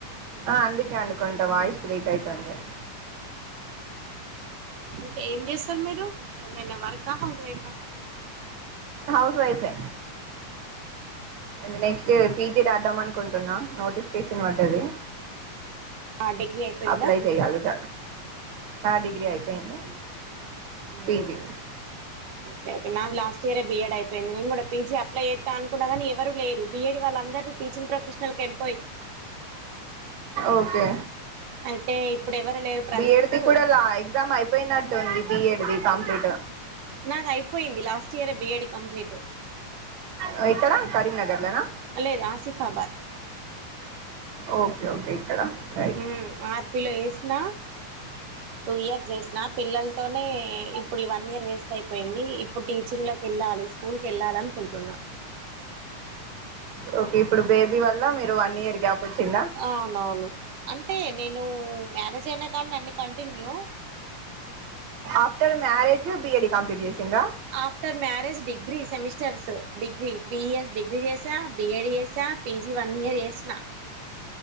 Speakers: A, on the right; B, on the right.
A: ఆ అందుకే అనుకుంట వాయిస్ బ్రేక్ అయితుంది
B: ఇంక ఏం చేస్తారు మీరు? ఏమైనా వర్కా, హౌస్ వైఫా
A: హౌస్ వైఫె ఇంగ నెక్స్ట్ఇయర్ పీ జి రాద్దమన్కుంట్ టున్నా నోటిఫికేషన్ పడ్డది
B: ఆ డిగ్రీ అయిపోయిందా
A: అప్లై చేయాలిగ హా డిగ్రీ అయిపోయింది
B: మ్మ్.
A: పీ జి
B: ఓకే నాది లాస్ట్ ఇయరే బీ ఎడ్ అయిపోయింది నేన్ గూడ పీ జీ అప్లై చేత్తా అనుకున్నగనీ ఎవరు లేరు బీ ఎడ్ వాళ్ళందరూ టీచింగ్ ప్రొఫెషనల్ కెల్
A: ఓకే
B: అయితే ఇప్పుడు ఎవరు లేరు ప్రజెంట్
A: బీ ఎడ్ ది కూడ లా ఎగ్జామ్ అయిపోయినట్టుంది బీ ఎడ్ ది కంప్లీట్
B: నాదయిపోయింది లాస్ట్ ఇయరె బి ఎడ్ కంప్లీట్
A: అ ఎక్కడ కరీంనగర్ లనా
B: లేదు ఆసిఫాబాద్
A: ఓకే ఓకే ఇక్కడ రైట్
B: ఉమ్ ఆర్ పి లో చేసినా టూ ఇయర్స్ చేసినా పిల్లల్ తోనే ఇప్పుడు ఇ వన్ ఇయర్ వేస్ట్ అయిపోయింది ఇప్పుడు టీచింగ్ లోకి ఎళ్ళాలి స్కూల్కెళ్ళాలి అనుకుంటున్నా
A: ఓకే ఇప్పుడు బేబీ వల్ల మీరు వన్ ఇయర్ గ్యాప్ వచ్చిందా
B: అవునవును అంటే నేను మ్యారేజ్ అయినా కాడ్నుండి అన్ని continue
A: after marriage B Ed complete చేసింరా
B: after marriage degree semesters degree three years degree చేసా, బి ఎడ్ చేసా పీ జి వన్ ఇయర్ జేస్తున్న